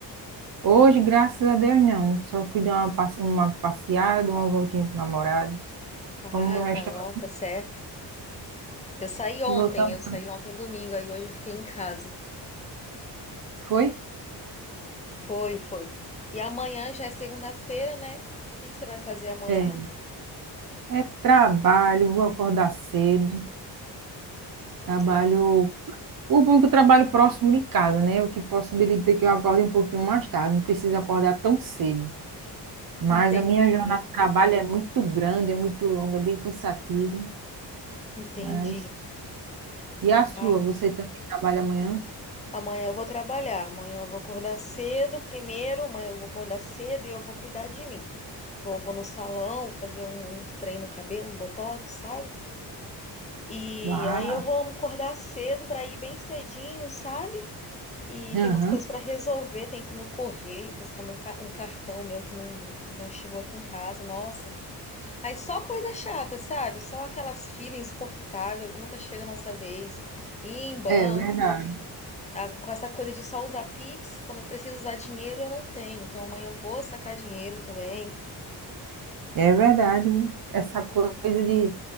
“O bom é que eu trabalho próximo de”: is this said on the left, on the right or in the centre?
Right